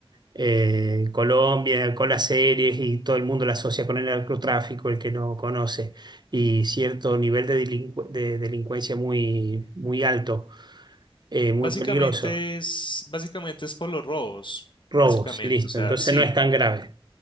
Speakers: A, on the right (about 45°); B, on the left (about 55°).
A: eh, Colombia con las series y todo el mundo la asocia con el narcotráfico, el que no conoce, y cierto nivel de, delincue- de delincuencia muy, muy alto, eh, muy
B: Básicamente
A: peligroso.
B: es, básicamente es por los robos,
A: Robos,
B: básicamente,
A: listo.
B: o sea,
A: Entonces
B: sí.
A: no es tan grave.